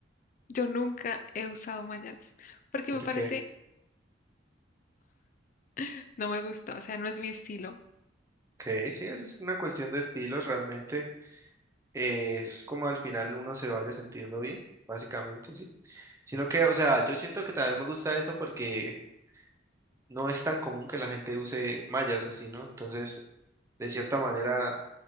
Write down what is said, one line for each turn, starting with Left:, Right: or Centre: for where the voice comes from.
Left: Yo nunca he usado mallas, porque
Right: porque,
Left: me parece, <laughs> no me gusta, o sea, no es mi estilo.
Right: ok, sí, eso es una cuestión de estilos realmente. eh, es como al final uno se vaya sintiendo bien, básicamente, sí. Sino que, o sea, yo siento que también me gusta eso porque no es tan común que la gente use mallas así, ¿no? Entonces, de cierta manera,